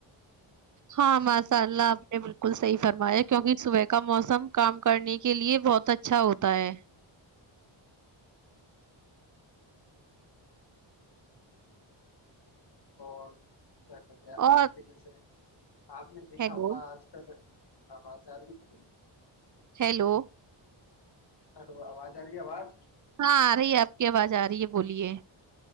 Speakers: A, on the right; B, on the left.
A: ہاں ماشاء اللہ آپ نے بالکل صحیح فرمایا کیونکہ صبح کا موسم کام کرنے کے لیے بہت اچھا ہوتا ہے
B: <inaudible> کیا کہتے ہیں
A: اور
B: آپ کے جیسے آپ نے دیکھا
A: ہیلو
B: ہوگا آج کل <unintelligible>
A: ہیلو
B: ہلو آواز آ رہی ہے آواز
A: ہاں آ رہی ہے آپ کی آواز آ رہی ہے بولیے